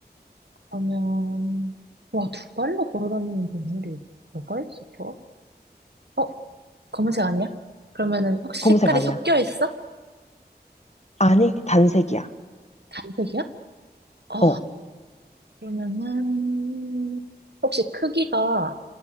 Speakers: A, on the right; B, on the left.
A: 그러면, 와, 두 발로 걸어 다니는 동물이 뭐가 있을까? 어? 검은색 아니야? 그러면은 혹시
B: 검은색
A: 색깔이
B: 아니야.
A: 섞여 있어?
B: 아니, 단색이야.
A: 단색이야? 어,
B: 어,
A: 그러면은, 혹시 크기가